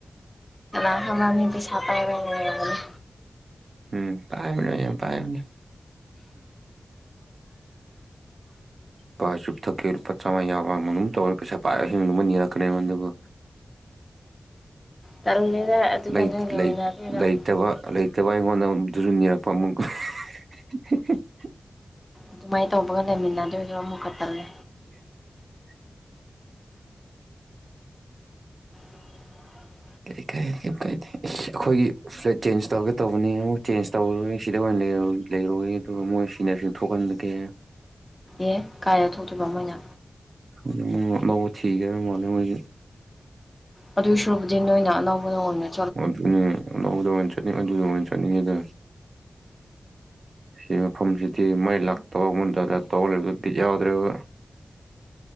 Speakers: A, on the left; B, on the right.
A: ꯀꯅꯥ <unintelligible> ꯄꯩꯁꯥ ꯄꯥꯏꯕꯩ ꯑꯣꯏꯔꯝꯒꯅꯤ
B: ꯎꯝ ꯄꯥꯏꯕꯅꯦ ꯌꯥꯝ ꯄꯥꯏꯕꯅꯦ ꯄꯥ ꯆꯨꯞꯔꯨꯞ ꯊꯛꯀꯦ ꯂꯨꯄꯥ ꯆꯥꯝꯃꯥ ꯌꯥꯎꯕ꯭ꯔ ꯑꯗꯨꯝ ꯇꯧꯔꯦ ꯄꯩꯁꯥ ꯄꯥꯏꯔ ꯗꯨꯝ ꯅꯤꯔꯛꯀꯅꯤ ꯑꯩꯉꯣꯟꯗꯕꯨ
A: ꯇꯜꯂꯦꯗ ꯑꯗꯨꯒ
B: ꯂꯩ
A: ꯅꯣꯏꯒ
B: ꯂꯩ
A: ꯑꯣꯏꯅ <unintelligible>
B: ꯂꯩꯇꯕ ꯂꯩꯇꯕ ꯑꯩꯉꯣꯟꯗ <unintelligible>
A: ꯑꯗꯨꯃꯥꯏꯅ ꯇꯧꯕꯒ ꯂꯩꯃꯤꯟꯅꯗꯣꯏꯗꯣ ꯑꯃꯨꯛꯀ ꯇꯜꯂꯦ
B: <unintelligible>
A: <unintelligible>
B: ꯀꯔꯤ ꯀꯔꯤ ꯀꯩꯝ ꯀꯥꯏꯗꯦ ꯑꯩꯈꯣꯏꯒꯤ ꯐ꯭ꯂꯦꯠ ꯆꯦꯟꯖ ꯇꯧꯔꯒꯦ ꯇꯧꯕꯅꯤ ꯑꯃꯨꯛ ꯆꯦꯟꯖ ꯇꯧꯔꯣꯏ ꯁꯤꯗ ꯑꯣꯏꯅ ꯂꯩꯔꯣꯏ ꯑꯗꯨꯒ ꯃꯣꯏ ꯁꯤꯅꯁꯤ ꯊꯣꯛꯍꯟꯗꯒꯦ
A: ꯑꯦ ꯀꯥꯏꯔ ꯊꯣꯛꯇꯣꯏꯕ ꯃꯣꯏꯅ
B: ꯍꯧ ꯂꯧꯕ ꯊꯤꯒꯦꯔ ꯃꯣꯅꯤ ꯃꯣꯏꯒꯤ
A: ꯑꯗꯨ ꯁꯨꯕꯗꯤ ꯅꯣꯏꯅ ꯑꯅꯧꯕ ꯂꯣꯟꯅꯦ
B: ꯑꯗꯨꯅꯦ ꯂꯧꯕꯗ ꯑꯣꯏꯅ ꯆꯠꯅꯤꯡꯉ ꯑꯗꯨꯗ ꯑꯣꯏꯅ ꯆꯠꯅꯤꯡꯉꯤꯗ ꯁꯤ ꯃꯐꯝꯁꯤꯗꯤ ꯃꯩ ꯂꯥꯛꯇꯕ ꯃꯟꯗꯅ ꯇꯧꯍꯜꯂꯒꯗꯤ ꯌꯥꯎꯗ꯭ꯔꯦꯕ